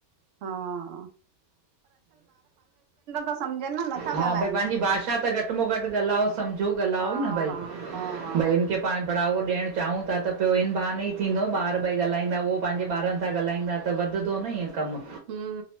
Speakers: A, on the right (about 65°); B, on the right (about 85°).
A: हां था सम्झनि न नथा
B: हा
A: ॻाल्हाइनि,
B: भई पंहिंजी भाषा त घटि में घटि गॻलाओ सम्झिो। जो ॻाल्हायो
A: हा,
B: न भई।
A: हा,
B: भई हिन खे पाण बढ़ावो ॾियणु चाहिूं था त पियो हिन बहाने ई थींदो ॿार भई ॻालाईंदा उहो‌। पंहिंजे ॿारनि सां ॻाल्हाईंदा त वधंदो न ईअं कम।
A: हम